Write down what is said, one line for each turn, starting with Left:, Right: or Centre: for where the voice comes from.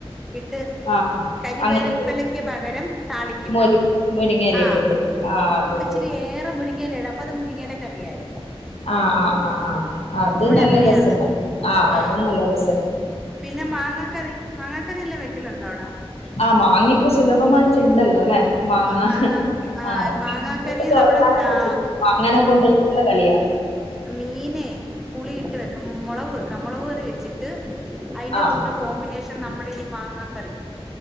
Centre: ഇട്ട്
Left: ആഹ്
Centre: കരിവേലപ്പിലക്ക്
Left: അങ്ങനെ
Centre: പകരം താളിക്കും
Left: മൊരി മുരിങ്ങയില
Centre: ആഹ്
Left: ഇട്ടിട്ട് ആഹ് അത് <unintelligible>
Centre: <unintelligible> ഏറെ മുരിങ്ങേല ഇടും അപ്പൊ അത് മുരിങ്ങേല കറിയായി
Left: ആഹ് ആഹ് ആഹ് ആഹ് അത്
Centre: ഇവിടെ
Left: നല്ല
Centre: അങ്ങനെയാന്ന്
Left: രസണ്ട ആഹ്
Centre: ആ
Left: അതും നല്ലൊരു
Centre: പിന്നെ മാങ്ങ കറി മാങ്ങ ക്കറി എല്ലാം വെക്കലുണ്ടോ അവിടാ?
Left: ആഹ് മാങ്ങയിപ്പോ സുലഭമായിട്ട്ണ്ടല്ലോ ല്ലെ? മാങ്ങാ
Centre: ആ ആന്നാന്ന് ആ
Left: ആഹ്
Centre: മാങ്ങാക്കറിയും
Left: <unintelligible>
Centre: നമ്മുടെ ത-
Left: മങ്ങേന കൊണ്ടുള്ള കളിയാ
Centre: മീനേ പുളിയിട്ട് വെക്കും മൊളക് വെക്കും മൊളക് കറി വെച്ചി ട്ട് അയിന്റെ
Left: ആഹ്
Centre: കൂടെ കോമ്പിനേഷൻ നമ്മുടെ ഈ മാങ്ങാ കറി